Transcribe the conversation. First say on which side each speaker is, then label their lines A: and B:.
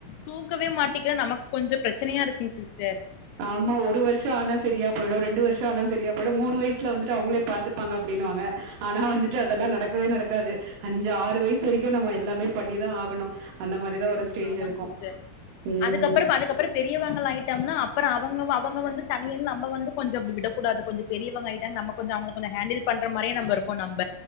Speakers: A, on the left; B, on the right.
A: தூக்கவே மாட்டிக்கிற நமக்கு கொஞ்சோ ப்ரெச்சனையா இருக்குங் சிஸ் ஸ்டர்
B: ஆமா ஒரு வருஷோ ஆனா செரியா போய்டு ரெண்டு வருஷோ ஆனா செரியா போய்டு மூணு வயசுல வந்துட்டு அவுங்களே பாத்துப்பாங்க அப்டின்னுவாங்க ஆனா வந்துட்டு அதெல்லா நடக்கவே நடக்காது அஞ்சு ஆறு வயசு வரைக்கு நம்ம எல்லாமே பண்ணிதா ஆகணு அந்த மாரி தான் ஒரு ஸ்டேஜ்
A: ஆமாங்க
B: இருக்கும்.
A: சிஸ்டர்
B: ம்.
A: அதுக்கப்பறோ அதுக்கப்பறோ பெரியவங்களா ஆயிட்டோம்னா அப்பறோ அவுங்க அவுங்க வந்து தனி நம்ம வந்து கொஞ்சோ அப்டி விடக்கூடாது கொஞ்சோ பெரியவங் ஆயிட்டாங் நம்ம கொஞ்சோ அவுங்க கொஞ்சோ ஹேண்டில் பண்ற மாரி நம்ம இருப்போ நம்ப